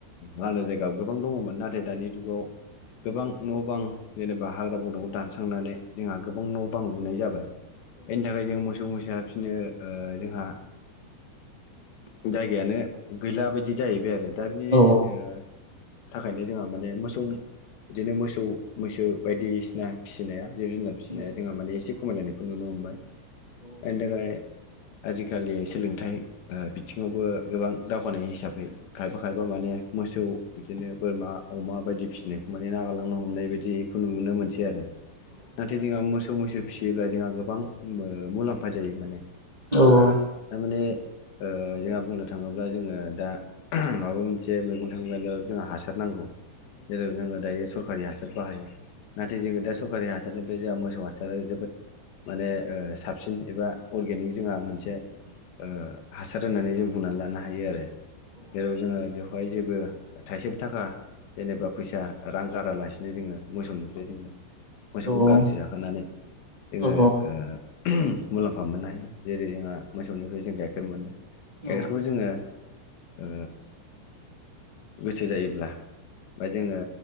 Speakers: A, on the left; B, on the right.
A: लांदां जायगायाव गोबां दङमोन नाथाय दानि जुगाव गोबां न बां जेनेबा हाग्रा बंग्राखौ दानस्रांनानै जोंहा गोबां न बां लुनाय जाबाय बेनि थाखाय जों मोसौ मै फसा बि <unintelligible> जोंहा जायगायानो गैला बायदि जाहैबाय आरो दा बिनि
B: औ
A: ओ थाखायनो जोंहा माने मोसौ बिदिनो मोसौ मैसो बायदिसिना फिसिनाया जिब जुनार
B: औ
A: फिसिनाया जोंहा माने एसे खमायलायनायखौ नुनो मोनबाय। एनि थाखाय आजिखालि सोलोंथाइ ओ बिथिङावबो गोबां दावगानाय हिसाबै खायफा खायफा माने मोसौ बिदिनो बोरमा अमा बायदि फिसिनायखौ माने नागारलांनो हमनाय बायदिखौ नुनो मोनसै आरो नाथाय जोंहा मोसौ मैसो फिसियोब्ला जोंहा गोबां ओ मुलाम्फा जायो माने
B: औ औ
A: थारमाने ओ जोंहा बुंनो थाङोब्ला जोङो दा माबा मोनसे मैगं थाइगं गायनाय जोंहा हासार नांगौ जेराव जोङो दायो सरकारि हासार बाहायो। नाथाय जों दा सरकारि हासो हासारनिफ्राय जोंहा मोसौ हासारा जोबोद माने ओ साबसिन एबा अरगेनिक जोंहा मोनसे ओ हासार होननानै जों बुंनानै लानो हायो आरो जेराव जोङो बेवहाय जेबो थाइसेबो थाखा जेनेबा फैसा रां गारालासिनो जोङो मोसौनिफ्राय जोङो मोसौखौ
B: औ
A: गांसो जाहोनानै जोङो
B: औ
A: ओ मुलाम्फा मोननो हायो। जेरै जोंहा मोसौनिफ्राय जों गाइखेर मोनो
B: औ
A: गाइखेरखौ जोङो ओ गोसो जायोब्ला बा जोङो